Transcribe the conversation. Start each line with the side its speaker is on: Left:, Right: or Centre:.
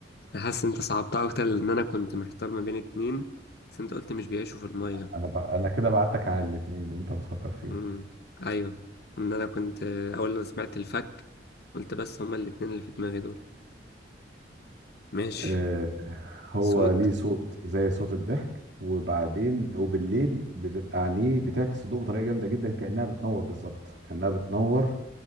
Left: أنا حاسس أنت صعبتها أكتر لأن أنا كنت محتار ما بين اتنين بس أنت قلت مش بيعيشوا في المية
Right: انا ب... انا كده بعدتك عن الاثنين اللي انت بتفكر فيهم
Left: مم. أيوه إن أنا كنت أول ما سمعت الفك قلت بس هما الاتنين اللي في دماغي دول ماشي
Right: آه، هو
Left: صوت
Right: ليه صوت زي صوت الضحك وبعدين وبالليل بتبقى عينيه بتعكس الضوء بطريقه جامده جدا كانها بتنور بالظبط كانها بتنور